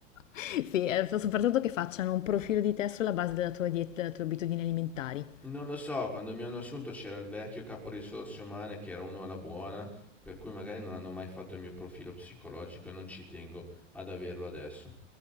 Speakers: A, on the left; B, in the centre.
A: Sì, eh, soprattutto che facciano un profilo di te sulla base della tua dieta, delle tue abitudini alimentari.
B: Non lo so, quando mi hanno assunto c'era il vecchio capo risorse umane che era uno alla buona, per cui magari non hanno mai fatto il mio profilo psicologico e non ci tengo ad averlo adesso.